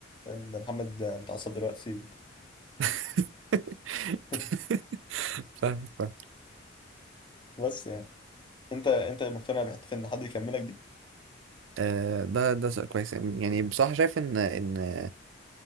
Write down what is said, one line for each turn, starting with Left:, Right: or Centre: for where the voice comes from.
Left: فاهم ده محمد متعصب دلوقتي
Right: <laughs>
Left: <laughs>
Right: فاهمك فاهم
Left: بس يعني انت انت مقتنع بحته ان حد يكملك دي
Right: آه ده ده سؤال كويس يعني بصراحة شايف ان ان